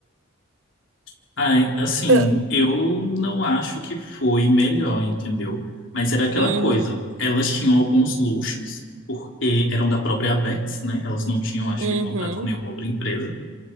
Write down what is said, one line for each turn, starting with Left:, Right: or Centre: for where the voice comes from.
Left: <laughs> Ai, assim,
Right: <laughs>
Left: eu não acho que foi melhor, entendeu? Mas era aquela
Right: uhum,
Left: coisa, elas tinham alguns luxos, porque eram da própria Vex, né? Elas não tinham, acho
Right: uhum,
Left: que, contrato com nenhuma outra empresa.